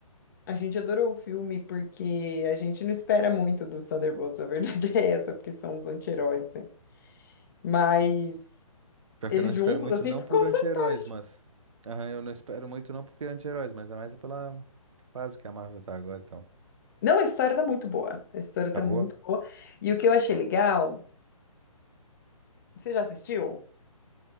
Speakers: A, on the left; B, on the right.
A: a gente adorou o filme, porque a gente não espera muito dos Thunderbolts, a verdade <laughs> é essa, porque são os anti-heróis, né? Mas
B: Pior
A: eles
B: que eu não espero
A: juntos,
B: muito
A: assim,
B: não
A: ficou
B: por anti-heróis,
A: fantástico.
B: mas... Aham, eu não espero muito não porque anti-heróis, mas é mais pela fase que a Marvel tá agora, então.
A: Não, a história tá muito boa. A história
B: Tá
A: tá muito
B: boa?
A: boa. E o que eu achei legal, você já assistiu?